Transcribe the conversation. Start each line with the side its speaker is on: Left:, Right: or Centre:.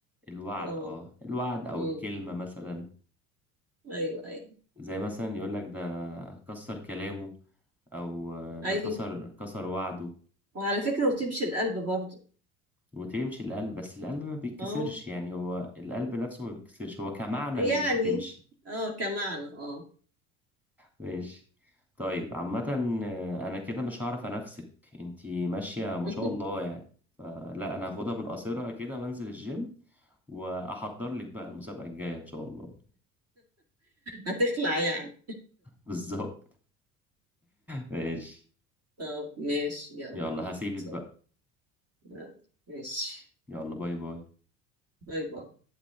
Centre: الوعد
Right: اه
Centre: اه الوعد او
Right: أمم.
Centre: الكلمة مثلا
Right: أيوة أيوة
Centre: زي مثلا يقول لك ده كسر كلامه او آه، ده
Right: أيوة
Centre: كسر كسر وعده
Right: وعلى فكرة وتمشي القلب برضو
Centre: وتمشي القلب بس القلب ما بيتكسرش
Right: اه
Centre: يعني هو القلب نفسه ما بيتكسرش هو كمعنى
Right: يعني
Centre: ماشي تمشي
Right: اه كمعنى اه
Centre: ماشي طيب عامة آه، انا كده مش هعرف انافسك انتي ماشية ما
Right: <laughs>
Centre: شاء الله يعني فلا انا هاخدها من قصيرها كده وانزل الجيم واحضر لك بقى المسابقة الجاية ان شاء الله
Right: هتخلع يعني
Centre: <laughs> بالظبط ماشي
Right: طب ماشي يلا
Centre: يلا هسيبك بقى
Right: طب، يلا. ماشي
Centre: يلا باي باي
Right: باي باي